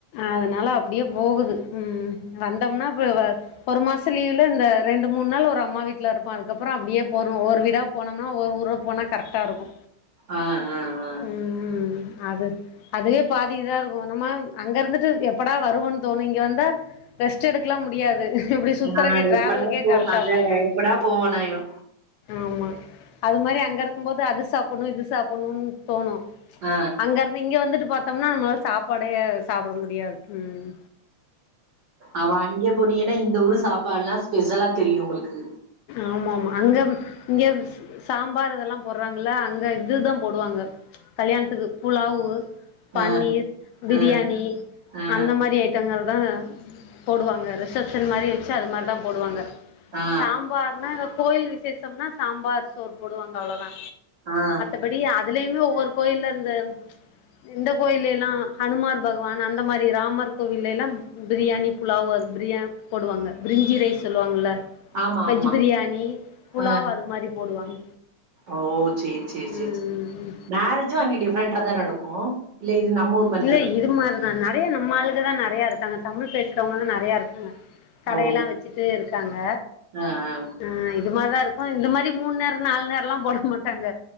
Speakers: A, on the left (about 80°); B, on the right (about 55°).
A: அதுனால அப்டியே போகுது ம் வந்தோம்னா அப்ப வ ஒரு மாசம் லீவ்ல இந்த ரெண்டு மூணு நாள் ஒரு அம்மா வீட்ல்ல இருப்பான் அதுக்கப்பற அப்டியே போறணு ஒவ்வொரு விடா போனோம்னா ஒவ்வொரு ஊர போனா கரெக்டாக இருக்கு
B: ஆ ஆ ஆ
A: ம் ம் அது அதுவே பாதி‌ இதா இருக்கு நம்ம அங்க இருந்துட்டு எப்படா வருவோன்னு தோணு இங்க வந்தா ரெஸ்ட் எடுக்கலா முடியாது இப்டி
B: ஆ
A: சுத்துறதுக்கே டிராவலுக்கே
B: எப்படா போ
A: கரெக்டா
B: அத
A: போயிடும்
B: எப்படா போவோனாயிரு
A: ஆமா அது மாரி அங்க இருக்கம் போது அது சாப்புணு இது சாப்புணு தோணு
B: ஆ
A: இங்கருந்து இங்க வந்துட்டு பார்த்தோம்னா நம்மளால சாப்பாடே சாப்ட முடியாது ம்
B: அவன் அங்க பொனியன்னா இந்த ஊரு சாப்பாடுல்லா ஸ்பெஷலா தெரியு உங்களுக்கு
A: ஆமாமா அங்கருந் இங்கருந் சாம்பார் இதெல்லா போறாங்கல்லா அங்க இதுதா போடுவாங்க கல்யாணத்துக்கு புலாவு பன்னீர்
B: ஆ
A: பிரியாணி
B: ஆ ஆ
A: அந்த மாரி ஐ ட்டங்கள் தா போடுவாங்க ரிசப்ஷன் மாரி வச்சு அது மாரி தா போடுவாங்க
B: ஆ
A: சாம்பார்னா இந்த கோவில் விசேஷம்னா சாம்பார் சோர் போடுவாங்க அவ்வளதா
B: ஆ
A: அப்படி அதுலயுமே ஒவ்வரு கோயில்ல அந்த எந்த கோயில எல்லா ஹனுமார் பகவான் அந்த மாரி ராமர் கோவில்லால்லா பிரியாணி புலாவ் அ பிரியா போடுவாங்க பிரிஞ்சி ரைஸ் சொல்லுவாங்கள்ல
B: ஆமா
A: வெஜ்
B: ஆமா
A: பிரியாணி புலாவ்
B: ஆ
A: அது மாரி போடுவாங்க
B: ஓ சேரி சேரி சேரி
A: ம்
B: சேரி மேரேஜும் அங்க டிஃரெண்டா தா நடக்கு இல்ல இது நம்ம ஊர் மாரிதா
A: இல்ல
B: நடக்கு
A: இது மாரிதா நெறைய நம்ம ஆளுகதா நெறைய இருக்காங்க தமிழ் பேசுறவங்கதா நெறைய இருக்காங்க கடையெல்லா
B: ஓ
A: வச்சுட்டு இருக்காங்க
B: ஆ ஆ
A: ஆ இது மாரிதா இருக்கும் அ அ இது மாரி தா இருக்கு இந்த மாரி மூணு நேரோ நாலு நேரல்லா போட மாட்டாங்க